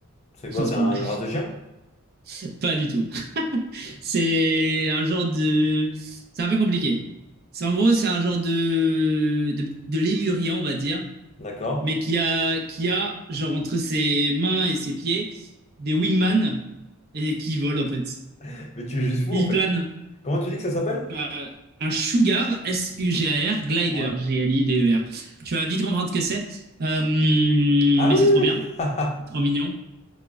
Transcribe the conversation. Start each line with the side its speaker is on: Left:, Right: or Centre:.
Left: C'est quoi,
Right: Non,
Left: c'est
Right: c'est pas
Left: un-
Right: vrai.
Left: une race de chien?
Right: <laughs> Pas du tout.
Left: Je-
Right: C'est un genre de. C'est un peu compliqué. C'est en gros, c'est un genre de... de de lémurien, on va dire,
Left: D'accord.
Right: mais qui a qui a genre entre ses mains et ses pieds des wingman et qui vole en fait.
Left: <laughs> Mais tu es juste fou,
Right: Et
Left: en
Right: il
Left: fait.
Right: plane.
Left: Comment tu dis que ça s'appelle?
Right: euh, un Sugar, S-U-G-A-R, Glider,
Left: Ouais.
Right: G-L-I-D-E-R. G L I D E R. Tu vas vite comprendre ce que c'est. Euh, mais
Left: Ah oui!
Right: c'est trop bien.
Left: <laughs>
Right: C'est trop mignon.